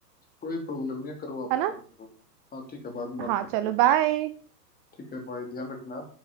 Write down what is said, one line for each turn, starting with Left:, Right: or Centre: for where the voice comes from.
Left: कोई प्रॉब्लम नहीं है, करो आप
Right: है
Left: अटेंड
Right: ना
Left: करो हाँ ठीक है बाद में बात
Right: हाँ
Left: करते
Right: चलो
Left: हैं
Right: बाय
Left: ठीक है बाय ध्यान रखना